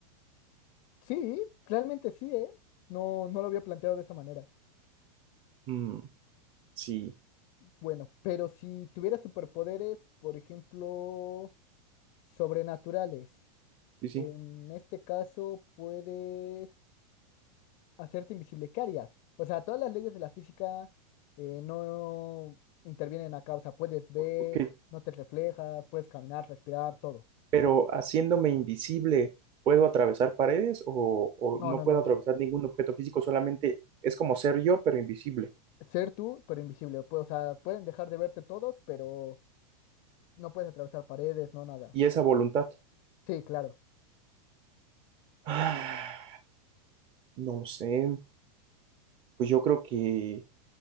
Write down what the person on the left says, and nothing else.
Sí, realmente sí, ¿eh? No, no lo había planteado de esa manera.
Bueno, pero si tuviera superpoderes, por ejemplo, sobrenaturales,
en este caso puedes hacerte invisible. ¿Qué harías? O sea, todas las leyes de la física eh, no intervienen acá. O sea, puedes ver,
no te reflejas, puedes caminar, respirar, todo.
No,
no,
no.
Ser tú, pero invisible. Pues, O sea, pueden dejar de verte todos, pero no puedes atravesar paredes, no nada.
Sí, claro.